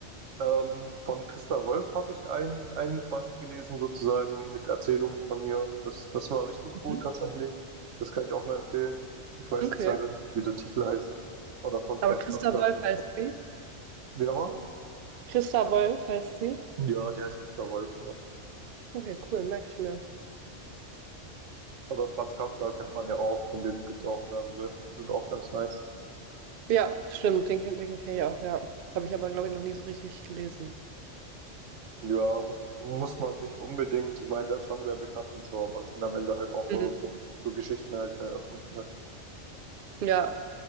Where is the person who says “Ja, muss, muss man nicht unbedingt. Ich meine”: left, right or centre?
Right